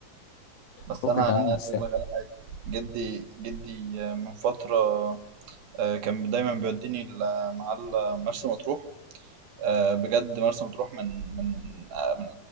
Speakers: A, on the right (about 80°); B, on the left (about 60°).
A: بس
B: فكك
A: أنا عايز
B: يا عم من الساحل
A: أقول لك جدي جدي من فترة آه، كان دايما بيوديني ال- مع ال- مرسى مطروح آه، بجد مرسى مطروح من من آه، من